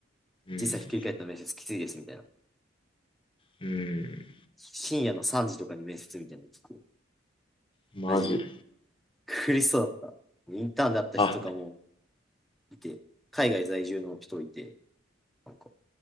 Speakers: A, on the left; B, in the centre.
A: うん。
B: 時差ひっくり返った面接きついですみたいな。
A: うん。
B: 深夜の3時とかに面接みたいなの聞く
A: マジ。
B: マジで。苦しそうだった。インターンで会った人とかも
A: あ、
B: いて、海外在住の人いて、なんか